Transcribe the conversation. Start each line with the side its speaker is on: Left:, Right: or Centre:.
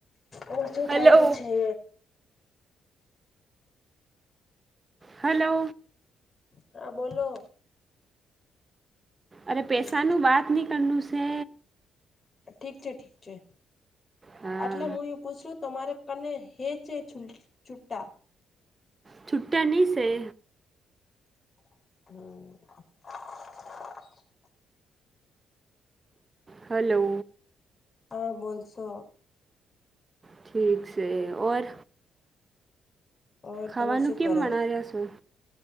Left: ઓ શું
Right: હલો
Left: થાય રહ્યું છે
Right: હલો
Left: હા બોલો
Right: અરે પેસાનું
Left: હલો
Right: બાત ની કરનું છે
Left: ઠીક છે ઠીક છે
Right: હા
Left: આટલે હું એ પૂછું તમારે કને હે છે છ છુટ્ટા
Right: છુટા છેે
Left: હમ
Right: હલો
Left: હા બો છો
Right: ઠીક છે ઓર
Left: ઓર
Right: ખાવાનું
Left: તમે શું
Right: કેમ
Left: કરો
Right: મના રહ્યા સુ